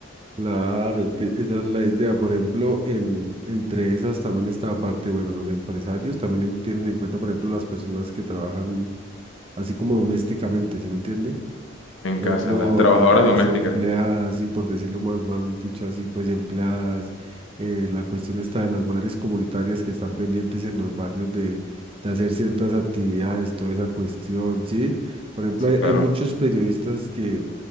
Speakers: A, on the right; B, on the left.
A: Claro, es que esa es la idea. Por ejemplo, en, entre esas también está la parte, bueno, los empresarios también en- tienen en cuenta, por ejemplo, las personas que trabajan así como domésticamente, ¿sí me entiende?
B: en
A: Por
B: casa,
A: ejemplo,
B: las trabajadoras
A: la- las
B: domésticas?
A: empleadas, y por decirlo mal, mal dicho así, pues empleadas, eh, la cuestión está de las madres comunitarias que están pendientes en los barrios de, de hacer ciertas actividades, toda esa cuestión, ¿sí? Por ejemplo,
B: Sí,
A: hay,
B: claro.
A: hay muchos periodistas que